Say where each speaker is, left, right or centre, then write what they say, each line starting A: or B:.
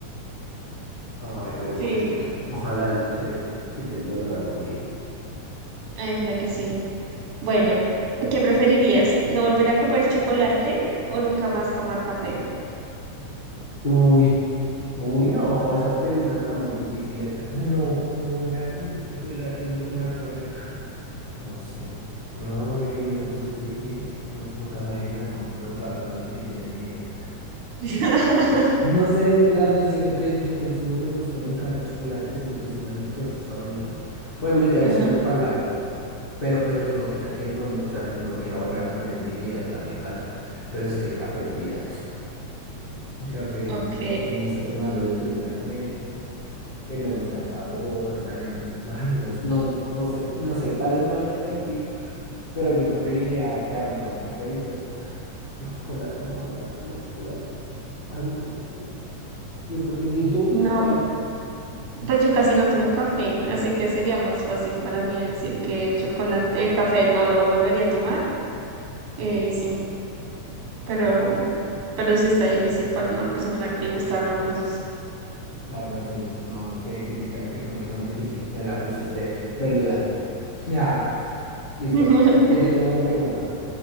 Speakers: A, on the left (about 70°); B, on the right (about 80°).
A: Ay, pero
B: sí,
A: pobrecita. Ojalá se le quite el dolor algún día.
B: ay, ojalá que sí. Bueno, ¿qué preferirías? ¿No volver a comer chocolate o nunca más tomar café?
A: Uy, uy, no, esas preguntas están muy difíciles. <laughs> No, no volver a comer chocolate o no tomar café. No sé. No, Miguel, me pusiste difícil, que pregun- nunca nadie me había com- preguntado algo tan difícil en mi vida.
B: <laughs>
A: No sé, es que las dos siento que yo consumo, me gusta, me encanta el chocolate, siento que es uno de mis postres favoritos. Obviamente a veces
B: Ajá,
A: me empalago, pero pues eso no quita que no me, o sea, que no lo quiera volver a comer en mi vida, o sea, me encanta. Pero es que el café es vida. <laughs> El café
B: ok.
A: me me gusta tomarlo después del almuerzo, eh, me gusta el sabor también. pues, no, Ay, no, no, no sé, no sé, tal vez me vaya a arrepentir, pero yo preferiría quedarme con el café y pues el chocolate, no volver a comer chocolate. Ay, no, no sé. Yo creo que sí. ¿Y tú?
B: No,
A: ¿Tú cuál?
B: pues yo casi no tomo café, así que sería más fácil para mí decir que el chocolate, el café no lo volvería a tomar. Eh, sí, pero, pero sí está difícil para una persona que le gustan ambos.
A: La verdad sí, no, qué difícil, ta- qué pregunta tan difícil, me la pusiste peluda. <laughs> Ya, listo,
B: <laughs>
A: yo te tengo una pregunta.